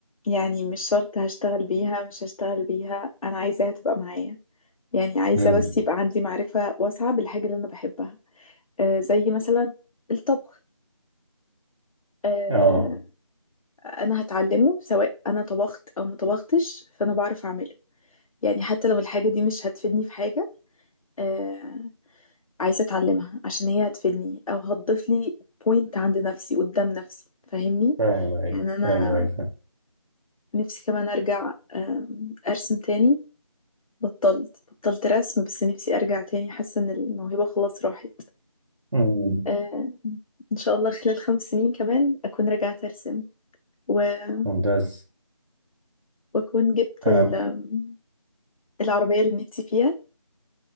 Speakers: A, on the left; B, on the right.
A: يعني مش شرط هشتغل بيها مش هشتغل بيها أنا عايزاها تبقى معايا يعني عايزة
B: امم
A: بس يبقى عندي معرفة واسعة بالحاجة اللي أنا بحبها آه زي مثلا الطبخ آه
B: اه
A: أنا هتعلمه سواء أنا طبخت أو ما طبختش فأنا بعرف أعمله يعني حتى لو الحاجة دي مش هتفيدني في حاجة آه، عايزة اتعلمها عشان هي هتفيدني او هتضيف لي بوينت عند نفسي قدام نفسي فاهمني
B: فاهم ايوه
A: يعني انا
B: ايوه ايوه فاهم
A: نفسي كمان ارجع آم، ارسم تاني بطلت بطلت رسم بس نفسي ارجع تاني حاسة ان الموهبة خلاص راحت
B: أمم،
A: آه، ان شاء الله خلال خمس سنين كمان اكون رجعت ارسم و-
B: ممتاز
A: واكون جبت
B: انا
A: ال- آم، العربية اللي نفسي فيها